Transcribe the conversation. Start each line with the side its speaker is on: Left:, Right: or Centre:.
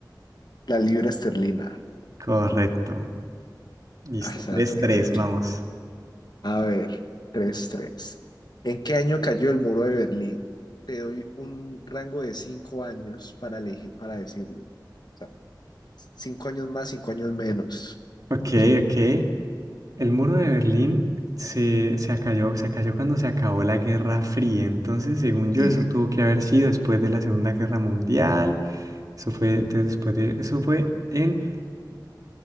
Left: La libra esterlina.
Right: Correcto. Listo,
Left: Ah, se
Right: tres
Left: la tenía
Right: tres,
Left: re
Right: vamos.
Left: A ver, tres tres. ¿En qué año cayó el muro de Berlín? Te doy un rango de 5 años para elegir, para decirlo. O sea, 5 años más, cinco años menos.
Right: Ok,
Left: <clears throat>
Right: ok. El muro de Berlín se, se cayó, se cayó cuando se acabó la Guerra Fría. Entonces, según yo,
Left: Sí.
Right: eso tuvo que haber sido después de la Segunda Guerra Mundial. Eso fue, entonces, después de, eso fue en